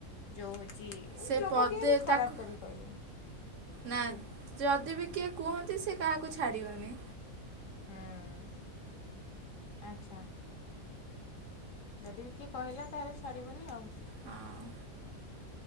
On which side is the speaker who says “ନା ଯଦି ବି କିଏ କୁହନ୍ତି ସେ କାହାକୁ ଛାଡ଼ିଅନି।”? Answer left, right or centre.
Right